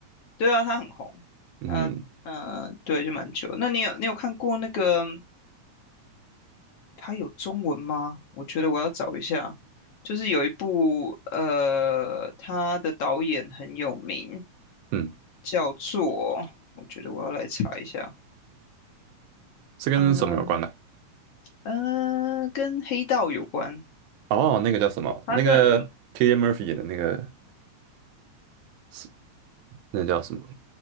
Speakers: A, on the left; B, on the right.
A: 对啊，他很红，
B: 嗯
A: 啊呃，对，就蛮久那你有你有看过那个他有中文吗？我觉得我要找一下，就是有一部呃，他的导演很有名，
B: 嗯，
A: 叫做我觉得我要来查一下，
B: 是跟什么有关呢、
A: 嗯、呃、嗯、跟黑道有关，
B: 哦，那个叫什么？
A: 他的
B: 那个 k i l i a Murphy 演的那个是那叫什么？